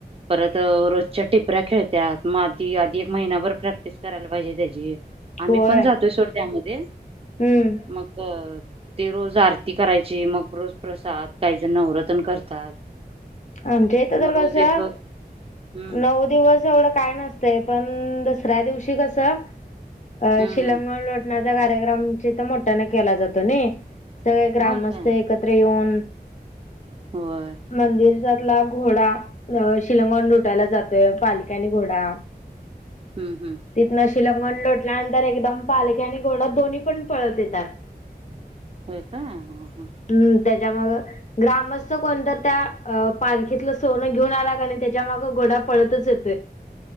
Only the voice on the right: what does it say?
परत रोजच्या टिपऱ्या खेळत्यात मग आधी आधी एक महिनाभर प्रॅक्टिस करायला पाहिजे त्याची. आम्ही
पण जातोय सोड त्या्मध्ये
मग. ते रोज आरती करायचे मग ररोज प्रसाद काही जण नवरत्न करतात.
मग
रोज एक हम्म
हम्म
हम्म
होय काय
होय.
हम्म हम्.
होय का हाहा.